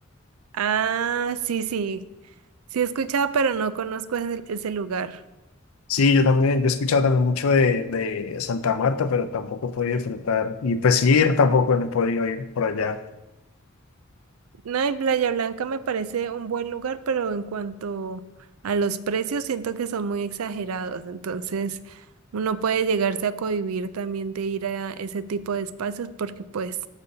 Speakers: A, on the right (about 80°); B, on the left (about 85°).
A: Ah, sí, sí. Sí he escuchado, pero no conozco ese, ese lugar.
B: Sí, yo también, yo he escuchado también mucho de, de Santa Marta, pero tampoco he podido disfrutar. Y pues ir tampoco no he podido ir por allá.
A: No, en Playa Blanca me parece un buen lugar, pero en cuanto a los precios, siento que son muy exagerados. Entonces, uno puede llegarse a cohibir también de ir a ese tipo de espacios porque pues